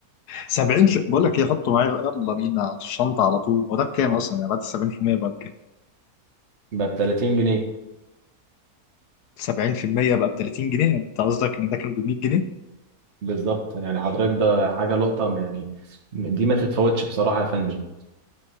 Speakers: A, on the left; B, on the right.
A: 70 ش... بقول لك ايه حطه معايا يلا بينا في الشنطه على طول هو ده بكام اصلا يعني بعد ال 70% بقى بكام
B: ب 30 جنيه
A: 70% بقى ب 30 جنيه انت قصدك ان ده كان ب 100 جنيه
B: بالظبط يعني حضرتك ده حاجه لقطه ما يعني دي ما تتفوتش بصراحه يا فندم